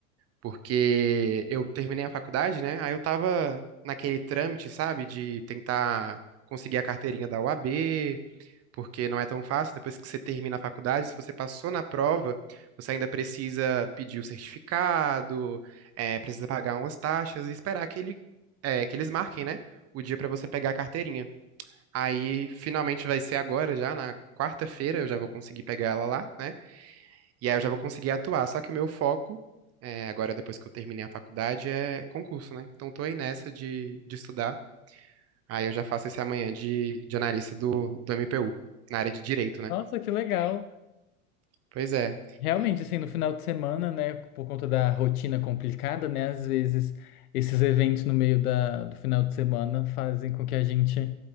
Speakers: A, on the right; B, on the left.
A: Porque eu terminei a faculdade, né? Aí eu tava naquele trâmite, sabe, de tentar conseguir a carteirinha da UAB, porque não é tão fácil. Depois que você termina a faculdade, se você passou na prova, você ainda precisa pedir o certificado, eh, precisa pagar umas taxas e esperar que ele, eh, que eles marquem, né? O dia pra você pegar a carteirinha. Aí finalmente vai ser agora já, na quarta-feira eu já vou conseguir pegar ela lá, né? E aí eu já vou conseguir atuar. Só que o meu foco, é, agora depois que eu terminei a faculdade, é concurso, né? Então tô aí nessa de, de estudar. Aí eu já faço esse amanhã de, de analista do, do MPU, na área de direito, né?
B: Nossa, que legal.
A: Pois é.
B: Realmente, assim, no final de semana, né, por conta da rotina complicada, né, às vezes esses eventos no meio da, do final de semana fazem com que a gente